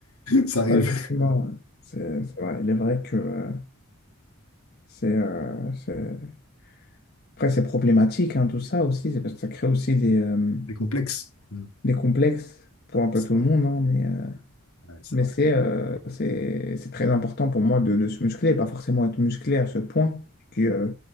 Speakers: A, on the left (about 80°); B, on the left (about 45°).
A: ça arrive.
B: Ouais, effectivement, ouais. c'est c'est vrai. Il est vrai que euh, c'est, euh, c'est- Après, c'est problématique, hein, tout ça aussi, c'est parce que ça crée aussi des, euh,
A: Les complexes. Mm.
B: des complexes pour un peu
A: C'est
B: tout le monde, hein, mais euh,
A: ouais, c'est
B: Mais
A: vrai.
B: c'est euh, c'est, c'est très important pour moi de, de se muscler, pas forcément être musclé à ce point, qui euh,